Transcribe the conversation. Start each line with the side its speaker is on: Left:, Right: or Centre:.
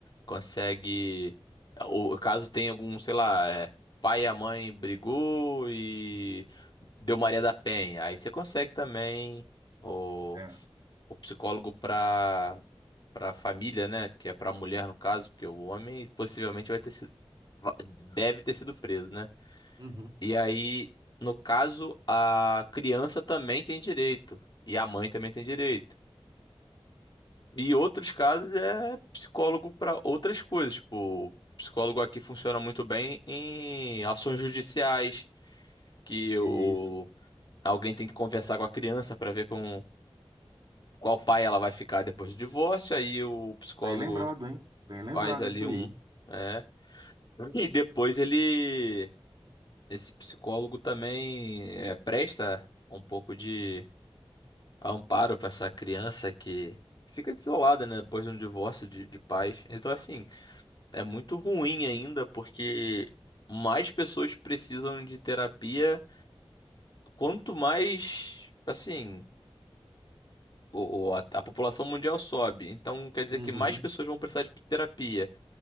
Left: consegue. Ou caso tenha algum, sei lá, é, pai e a mãe brigou e deu Maria da Penha, aí você consegue também o,
Right: É.
Left: o psicólogo para para família, né? Que é para mulher no caso, porque o homem possivelmente vai ter sido, va- deve ter sido preso, né?
Right: Uhum.
Left: E aí, no caso, a criança também tem direito e a mãe também tem direito. E outros casos é psicólogo para outras coisas. Tipo, o psicólogo aqui funciona muito bem em ações judiciais, que
Right: Isso.
Left: o, alguém tem que conversar com a criança para ver com qual pai ela vai ficar depois do divórcio. Aí o psicólogo
Right: Bem lembrado, hein? Bem lembrado
Left: faz ali
Right: isso aí.
Left: um. É, e depois ele. Esse psicólogo também é, presta um pouco de amparo para essa criança que fica desolada, né, depois de um divórcio de, de pais. Então, assim. É muito ruim ainda, porque mais pessoas precisam de terapia, quanto mais, assim, o- o- a, a população mundial sobe. Então, quer dizer
Right: Uhum.
Left: que mais pessoas vão precisar de terapia.